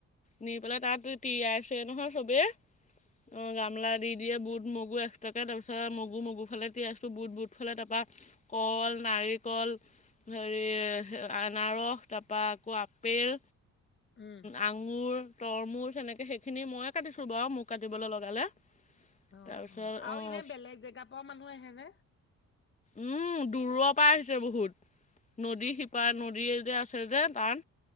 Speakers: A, on the left (about 25°); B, on the left (about 40°).
A: নি পেলাই তাত তিয়াইছে নহয় চবে অ গামলা দি দিয়ে বুট, মগ মগু এচটাকে তাৰপিছত মগু মগু ফালে দি আছোঁ বুট বুটফালে তাপা কল, নাৰিকল হেৰি আনাৰস, তাপা আকৌ আপেল,
B: উম
A: আ ঙুৰ, তৰমুচ এনেকে সেইখিনি ময়ে কাটিছো বাৱ মোক কাটিবলে লগালে
B: অ
A: তাৰপিছত
B: অ আৰু
A: অঁ
B: এনেই বেলেগ জেগা পাওঁ মানুহ আহে নে?
A: উম দূৰৰ পৰা আহিছে বহুত নদী শিপা নদীয়ে যে আছে যে তাত